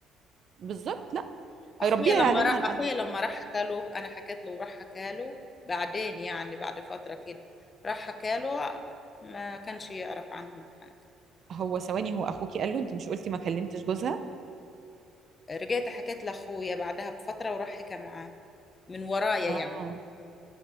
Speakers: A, on the right (about 55°); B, on the left (about 35°).
A: بالظبط لا
B: اخويا
A: هيربيها
B: لما
A: يعلمها
B: راح
A: الادب
B: اخويا لما راح حكى له انا حكيت له وراح حكى له بعدين يعني بعد فتره كده راح حكى له ما كانش يعرف عنهم حاجه
A: هو ثواني هو اخوكي قال له انت مش قلتي ما كلمتش جوزها
B: رجعت حكيت لاخويا بعدها بفتره وراح حكى معاه من ورايا
A: اه
B: يعني